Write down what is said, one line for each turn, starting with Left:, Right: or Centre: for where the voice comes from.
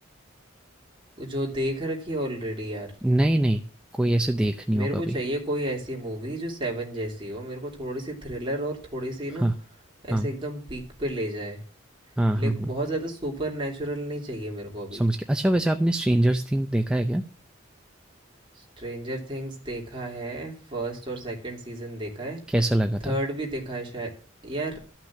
Right: वो जो देख रखी है ऑलरेडी यार
Centre: नहीं, नहीं, कोई ऐसे देखनी हो
Right: मेरे
Centre: कभी।
Right: को चाहिए कोई ऐसी मूवी जो सेवन जैसी हो मेरे को थोड़ी सी थ्रिलर और थोड़ी सी ना
Centre: हाँ, हाँ,
Right: ऐसे एकदम पीक पे ले जाए
Centre: हाँ, हाँ,
Right: लेकिन
Centre: हाँ।
Right: बहुत ज़्यादा सुपर नेचुरल नहीं चाहिए मेरे को अभी
Centre: समझ गया। अच्छा वैसे आपने स्ट्रेंजर्स थिंग देखा है क्या?
Right: स्ट्रेंजर थिंग्स देखा है फर्स्ट और सेकंड सीजन देखा है
Centre: कैसा लगा
Right: थर्ड
Centre: था?
Right: भी देखा है शायद यार